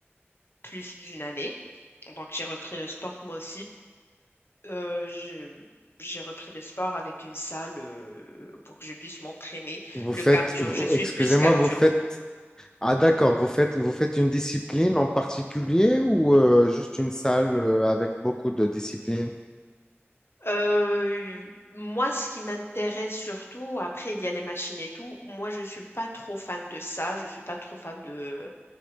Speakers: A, on the left (about 60°); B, on the left (about 15°).
A: plus d'une année. Donc, j'ai repris le sport moi aussi. Euh, je- j'ai repris le sport avec une salle euh, pour que je puisse m'entraîner.
B: Vous
A: Le
B: faites,
A: cardio,
B: vous-
A: je suis
B: excusez-moi,
A: plus cardio.
B: vous faites, ah d'accord, vous faites, vous faites une discipline en particulier ou euh, juste une salle euh, avec beaucoup de disciplines?
A: Euh, moi, ce qui m'intéresse surtout, après, il y a les machines et tout. Moi, je suis pas trop fan de ça. Je suis pas trop fan de